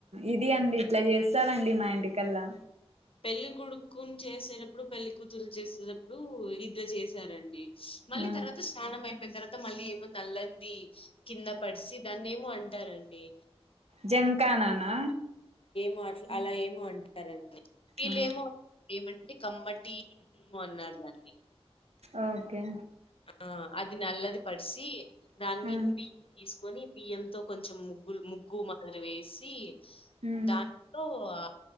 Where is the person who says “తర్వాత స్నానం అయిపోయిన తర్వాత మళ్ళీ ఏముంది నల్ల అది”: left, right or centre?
Left